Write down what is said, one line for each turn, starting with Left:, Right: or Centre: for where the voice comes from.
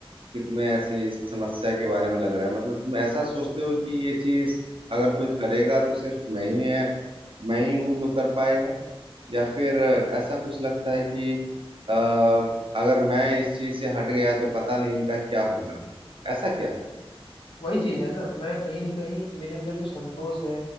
Right: कि तुम्हें ऐसे ही इस समस्या के बारे में लग रहा है मतलब तुम ऐसा सोचते हो कि ये चीज अगर कोई करेगा तो सिर्फ मैं ही है मैं ही हूँ जो कर पाएगा या फिर अ, ऐसा कुछ लगता है कि अ, अगर मैं इस चीज से हट गया तो पता नहीं इनका क्या होगा ऐसा क्या
Left: वही चीज है ना मैं कहीं ना कहीं मेरे अंदर जो संतोष है